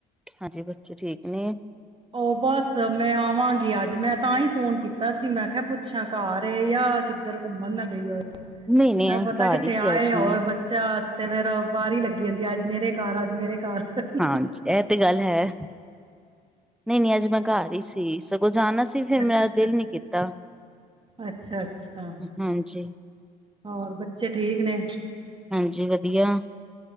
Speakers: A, in the centre; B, on the right.
A: ਹਾਂਜੀ ਬੱਚੇ ਠੀਕ ਨਹੀ ਏ
B: ਉਹ ਬਸ ਮੈਂ ਆਵਾਂਗੀ ਅੱਜ ਮੈਂ ਤਾਂ ਹੀ ਫ਼ੋਨ ਕੀਤਾ ਸੀ, ਮੈਂ ਕਿਹਾਂ ਪੁੱਛਾਂ ਘਰ ਏ ਜਾਂ ਕਿੱਧਰ ਘੁੰਮਣ ਨਾ ਗਈ ਹੋਏ।
A: ਨਹੀਂ-ਨਹੀਂ
B: ਮੈਂ ਪਤਾਂ
A: ਘਰ
B: ਕਿੱਥੇ
A: ਹੀ
B: ਆਏਂ
A: ਸੀ ਅੱਜ
B: ਹੋਰ
A: ਮੈਂ।
B: ਬੱਚਾ ਤੇ ਫ਼ਿਰ ਬਾਹਰ ਹੀ ਲੱ ਕਹਿੰਦੀ ਅੱਜ ਮੇਰੇ ਘਰ, ਅੱਜ ਮੇਰੇ ਘਰ ਅੱਛਾ
A: ਹਾਂਜੀ, ਇਹ ਤੇ ਗੱਲ ਹੈ। ਨਹੀਂ, ਨਹੀਂ। ਅੱਜ ਮੈਂ ਘਰ ਹੀ ਸੀ ਸਗੋਂ ਜਾਣਾ ਸੀ। ਫਿਰ
B: ਅੱਛਾ
A: ਮੇਰਾ ਦਿਲ ਨੀ ਕੀਤਾ।
B: ਅੱਛਾ ਅੱਛਾ
A: ਹਾਂਜੀ,
B: ਹੋਰ ਬੱਚੇ ਠੀਕ ਨੇ
A: ਹਾਂਜੀ ਵਧ ਵਲ